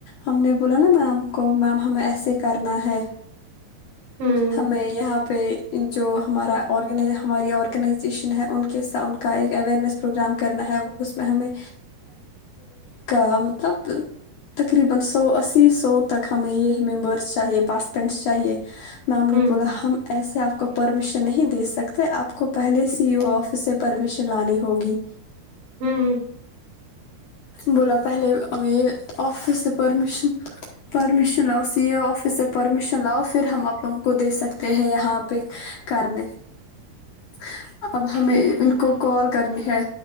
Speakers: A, on the left; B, on the right.
A: ہم نے بولا نا میم کو میم ہمیں ایسے کرنا ہے
B: ہوں
A: ہمیں یہاں پہ <unintelligible> چ <inaudible> ہمارا آ ہماری آرگنائزیشن ہے ان کے س ان کو کا ایک اوئرنیس پروگرام کرنا ہے اس میں ہمیں چا <unintelligible> میم نے
B: ہوں
A: بولا ہم ایسے کو پرمیشن <inaudible> نہیں دے سکتے آپ کو پہلے سی ای او آفس سے پرمیشن لانی ہوگی
B: ہوں
A: بولا <unintelligible> پہلے یہ آفس سے پرمیشن پرمیشن لاؤ سی اے آفس سے پرمیشن لاؤ پھر ہم اپ لوگوں کو دے سکتے ہیں یہاں پہ <unintelligible> کرنے <unintelligible> اب ہمیں
B: ٹھیک
A: ان کو کال کرنی ہے